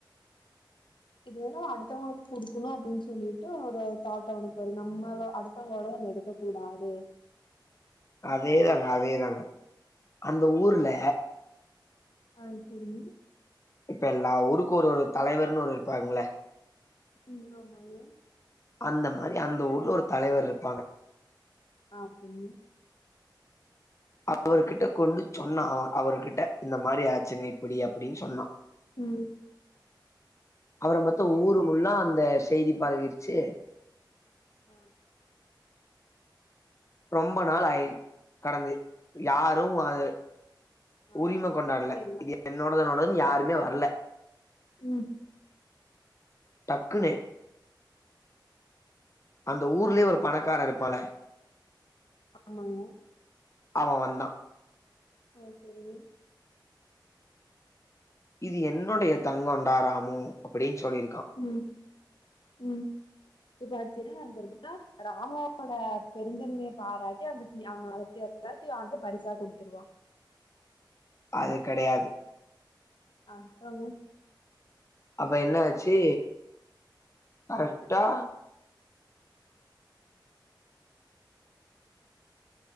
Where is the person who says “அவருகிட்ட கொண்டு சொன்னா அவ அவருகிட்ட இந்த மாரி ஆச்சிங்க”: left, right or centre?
Left